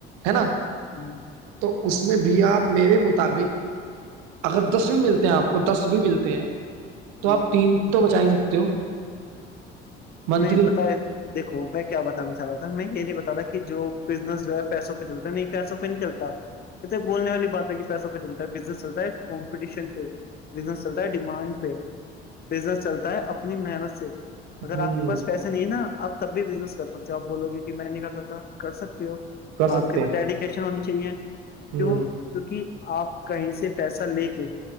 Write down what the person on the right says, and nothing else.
ہے نا
تو اس میں بھی آپ میرے مطابق اگر دس بھی ملتے ہیں آپ کو دس بھی ملتے ہیں تو
آپ تین تو بچا ہی سکتے ہو منتھلی
ہوں
کر سکتے
ہیں
ہوں